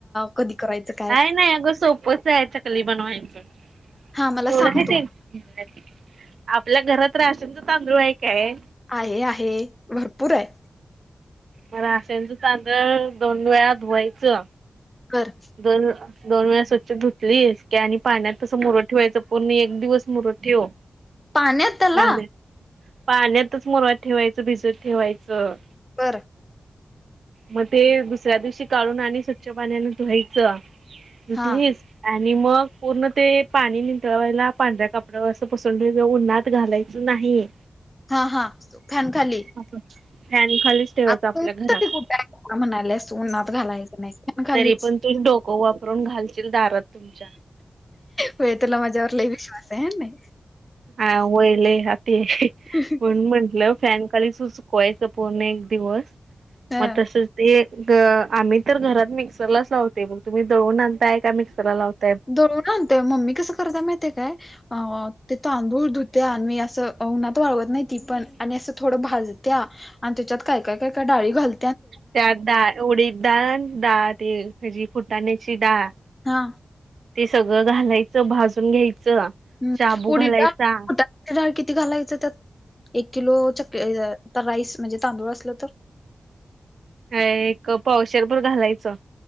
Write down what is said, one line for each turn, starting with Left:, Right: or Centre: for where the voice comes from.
Left: कधी करायचं काय?
Right: नायं नायं अगं सोपंच आहे. चक चकली बनवायचं
Left: हा मला
Right: एवढं
Left: सांगतो
Right: काय तेनं <unintelligible> आपल्या घरात राशनच तांदूळ हाय काय
Left: आहे आहे भरपूर हाय.
Right: म राशनच तांदळ दोन वेळा धुवायचं.
Left: कर
Right: दर दोन वेळा स्वच्छ धुतलीस की आणि पाण्यात तसं मुरत ठेवायच पूर्ण एक दिवस मुरत ठेव
Left: पाण्यात त्याला
Right: पाण्यात पाण्यातच मुरवत ठेवायचं भिजत ठेवायचं
Left: बर
Right: म ते दुसऱ्या दिवशी काढून आणि स्वच्छ पाण्यान धुवायचं‌. धुतलीस
Left: हा
Right: आणि मग पूर्ण ते पाणी निंतळवायला पांढऱ्या कपड्यावर असं पसरून ठेवाच उन्हात घालायच. च नाही.
Left: हा हा फॅन खाली
Right: असं फॅन खालीच. ठेवायचं
Left: आता
Right: आपल्या
Left: ऊन
Right: घरात
Left: <unintelligible> तरी कुठ आहे म्हणा म्हणायलेस उन्हात घालायचं नाही फॅन खालीच
Right: तरी पण तु डोक वापरून घालशील दारात तुमच्या.
Left: होय तुला माझ्यावर लई विश्वास आहे नाय.
Right: हा व्हय लई हा ते.
Left: <inaudible>
Right: म्हणुन म्हंटलं फॅनखाली सुकवायच पूर्ण एक दिवस
Left: हं
Right: मग तसच. ते ग आम्ही तर घरात मिक्सरलाच लावते बघ तुम्ही दळून आणताय का मिक्सरला लावतय?
Left: दळून आणतेय मम्मी कसं करतात माहितीये काय. अ ते तांदूळ धुत्या आणि मी असं उन्हात वाळवत नाही ती पण आणि असं थोडं भाजत्या. आणि त्याच्यात काय काय काय काय डाळी घाल.
Right: त्यात डाळ उडीद डाळ डाळ ती हेची फुटाण्याची डाळ
Left: हा.
Right: ते सगळं घालायचं भाजून घ्यायचं.
Left: हम्म
Right: शाबू घालायचा
Left: उडीद डाळ उडीद डाळ किती घालायचं त्यात एक किलो चक राईस म्हणजे तांदूळ असलं तर?
Right: काय एक पावशेर भर घालायचं.